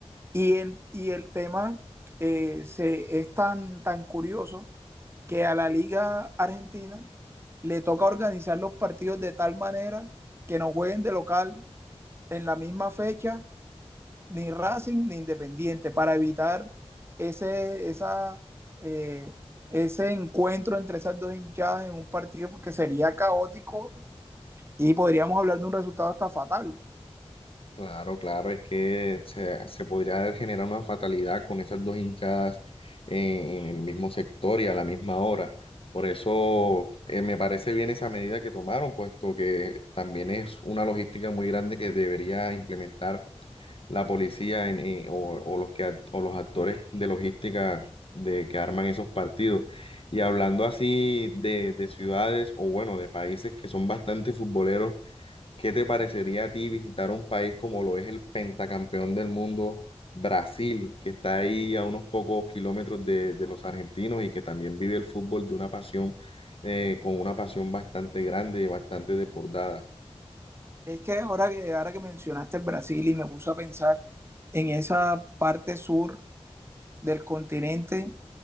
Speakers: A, on the right (about 25°); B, on the left (about 55°).
A: Y el, y el tema eh, se, es tan, tan curioso que a la Liga Argentina le toca organizar los partidos de tal manera que no jueguen de local en la misma fecha ni Racing ni Independiente para evitar ese, esa, eh, ese encuentro entre esas dos hinchadas en un partido porque sería caótico y podríamos hablar de un resultado hasta fatal.
B: Claro, claro, es que se, se podría generar una fatalidad con esas dos hinchadas eh, en, el mismo sector y a la misma hora. Por eso eh, me parece bien esa medida que tomaron, puesto que también es una logística muy grande que debería implementar la policía en, en- o, o los que, act- o los actores de logística de que arman esos partidos. Y hablando así de, de ciudades o bueno, de países que son bastante futboleros ¿Qué te parecería a ti visitar un país como lo es el pentacampeón del mundo, Brasil, que está ahí a unos pocos kilómetros de, de los argentinos y que también vive el fútbol de una pasión, eh, con una pasión bastante grande y bastante desbordada?
A: Es que ahora que, ahora que mencionaste el Brasil y me puse a pensar en esa parte sur del continente,